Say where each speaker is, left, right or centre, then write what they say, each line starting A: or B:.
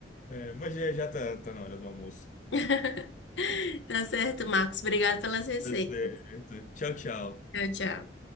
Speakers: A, on the left; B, on the left.
A: É, mas já, já tá, tá na hora do almoço.
B: <laughs> Tá certo, Marcos. Obrigado pelas receitas.
A: Tá certo. Tchau, tchau.
B: Tchau, tchau.